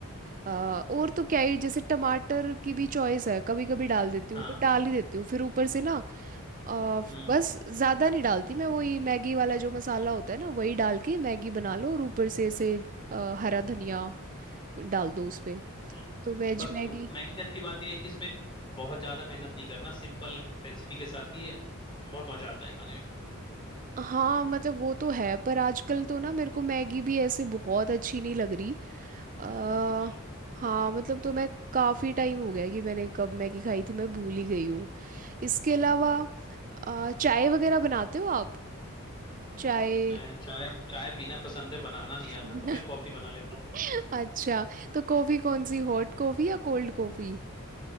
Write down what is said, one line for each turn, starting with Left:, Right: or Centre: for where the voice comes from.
Right: अ, और तो क्या ही जैसे टमाटर की भी चॉइस है कभी कभी डाल देती हूँ
Left: हाँ
Right: तो डाल ही देती हूँ फिर ऊपर से ना अ,
Left: हम्म
Right: बस ज़्यादा नहीं डालती मैं वही मैगी वाला जो मसाला होता है ना वही डाल के मैगी बना लो और ऊपर से ऐसे अ, हरा धनिया डाल दो उस पे
Left: हाँ।
Right: तो वेज
Left: बस
Right: मैगी
Left: तो मैगी की अच्छी बात यह है कि इसमें बहुत ज्यादा मेहनत नहीं करना सिंपल रेसिपी के साथ ही ये बहुत मजा आता है खाने में
Right: हाँ मतलब वो तो है पर आजकल तो ना मेरे को मैगी भी ऐसे बहुत अच्छी नहीं लग रही आ,
Left: अच्छा
Right: हाँ मतलब तो मैं काफ़ी टाइम हो गया कि मैंने कब मैगी खाई थी मैं भूल ही गई हूँ इसके अलावा अ, चाय वगैरह बनाते हो आप चाय
Left: मैं चाय चाय पीना पसंद है बनाना नहीं
Right: <laughs>
Left: आता तो मैं कॉफी बना लेता हूँ
Right: अच्छा तो कॉफी कौन सी हॉट कॉफी या कोल्ड कॉफी